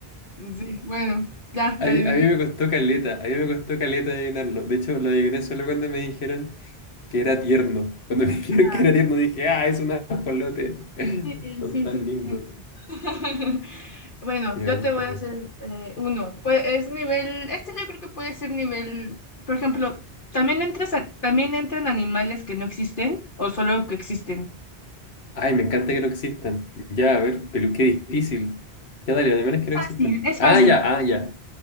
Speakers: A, on the left; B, on the left.
A: Sí, bueno, ya, la
B: A mí,
A: adiviné.
B: a mí me costó caleta, a mí me costó caleta adivinarlo. De hecho, lo adiviné solo cuando me dijeron que era tierno. Cuando me <laughs> dijeron
A: Ah,
B: que era tierno, dije, ah, es un ajolote. <laughs>
A: sí, sí,
B: Son
A: sí.
B: tan
A: sí.
B: lindos.
A: <laughs> Bueno,
B: Sí, me
A: yo
B: gusta
A: te voy
B: mucho.
A: a hacer eh, uno. Pues es nivel, este yo creo que puede ser nivel, por ejemplo, también entras a- también entran animales que no existen o solo que existen.
B: Ay, me encanta que no existan. Ya, a ver, pero qué difícil. Ya, dale, animales que no
A: Fácil,
B: existan.
A: es fácil,
B: Ah, ya, ah, ya.